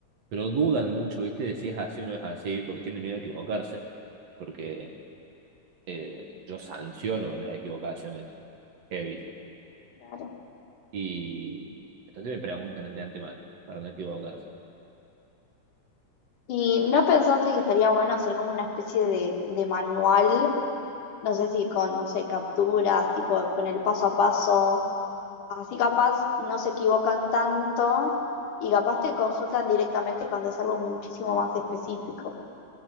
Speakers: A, on the right; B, on the left.
A: pero dudan mucho, ¿viste? De si es así o no es así, porque tienen miedo a equivocarse, porque eh, yo sanciono las equivocaciones heavy.
B: Claro.
A: Y entonces me preguntan de antemano, para no equivocarse.
B: ¿Y no pensaste que estaría bueno hacer como una especie de, de manual? No sé si con, no sé, capturas, tipo con el paso a paso. Así capaz no se equivocan tanto y capaz te consultan directamente cuando es algo muchísimo más específico.